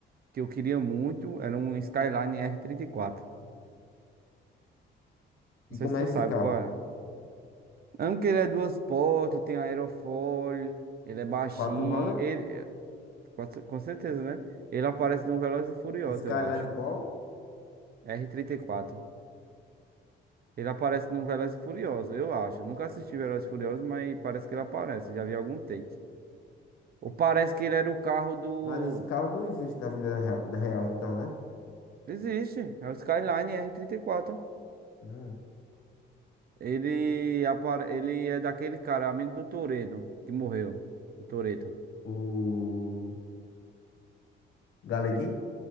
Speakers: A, on the right; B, on the left.
A: que eu queria muito era um Skyline R34.
B: E
A: Não
B: como
A: sei se
B: é
A: tu
B: esse
A: sabe
B: carro?
A: qual é. Mesmo que ele é duas portas, tem aerofólio, ele é baixinho,
B: Quatro rodas,
A: ele, é, com cer- com certeza, né? Ele aparece num Velozes e Furiosos,
B: Skyline
A: eu acho.
B: qual?
A: R34. Ele aparece num Velozes e Furiosos, eu acho. Nunca assisti Velozes e Furiosos, mas parece que ele aparece, já vi algum take. Ou parece que ele era o carro do...
B: Mas esse carro não existe na vida rea- real, então, né?
A: Existe, é o Skyline R34.
B: Hum.
A: Ele, apare... ele é daquele cara, amigo do Toretto, que morreu. O Toretto.
B: O Galeguinho?